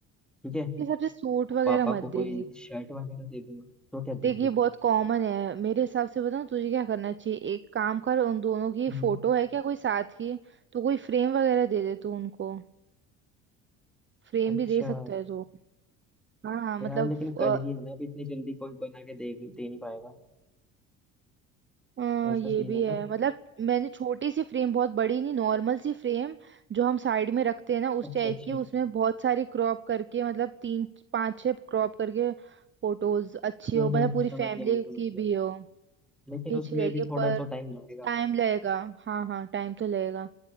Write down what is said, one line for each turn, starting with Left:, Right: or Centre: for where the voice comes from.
Centre: ठीक है
Right: ये सबसे सूट
Centre: और
Right: वगैरह
Centre: पापा को
Right: मत दे
Centre: कोई शर्ट वगैरह दे दूंगा तो क्या दूं
Right: देखिए
Centre: फिर
Right: बहुत कॉमन है मेरे हिसाब से बताऊं तुझे क्या करना चाहिए एक काम कर उन दोनों की
Centre: हम्म,
Right: फोटो है क्या कोई साथ की तो कोई फ्रेम वगैरह दे दे तू उनको फ्रेम
Centre: अच्छा
Right: भी दे सकता है तू हाँ हाँ, मतलब
Centre: यार लेकिन
Right: अ,
Centre: कल ही है ना अभी इतनी जल्दी कोई बना के दे दे नहीं पाएगा
Right: अ,
Centre: ऐसा
Right: ये
Centre: सीन
Right: भी
Centre: है
Right: है
Centre: ना
Right: मतलब मैंने छोटी सी फ्रेम बहुत बड़ी नहीं नॉर्मल सी फ्रेम जो हम साइड में रखते हैं ना उस
Centre: अच्छा
Right: टाइप
Centre: अच्छा
Right: की उसमें बहुत सारी क्रॉप करके मतलब तीन पांच छह क्रॉप करके फोटोज अच्छी
Centre: हम्म
Right: हो मतलब
Centre: हम्म,
Right: पूरी
Centre: समझ
Right: फैमिली
Centre: गया मैं समझ
Right: की
Centre: गया
Right: भी हो
Centre: लेकिन
Right: भी
Centre: उसमें
Right: अच्छी लगेगी
Centre: भी थोड़ा
Right: पर
Centre: तो टाइम लगेगा
Right: टाइम लगेगा हाँ हाँ टाइम तो लगेगा